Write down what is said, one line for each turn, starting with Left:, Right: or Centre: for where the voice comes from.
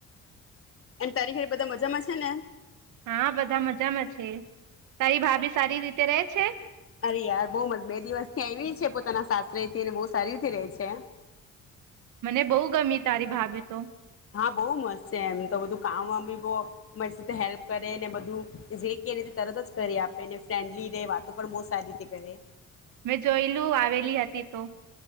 Left: અને તારી ઘરે બધા મજામાં છે ને?
Right: હા બધા મજામાં છે. તારી ભાભી સારી રીતે રેય છે.
Left: અરે યાર બહુ મસ્ત બે દિવસ થી આવી પોતાના સાસરેથીને બહુ સારી રીતે રેહ છે.
Right: મને બહુ ગમી તારી ભાભી તો
Left: હા બહુ મસ્ત છે એમ તો બધું કામ બામ બી બ અમારી સાથે હેલ્પ કરેને બધું જે ક તરત જ કરી આપેને ફ્રેન્ડલી રેય વાતો પણ બહ સારી રીતે કરે.
Right: મેં જોયલું આવેલી હતી તો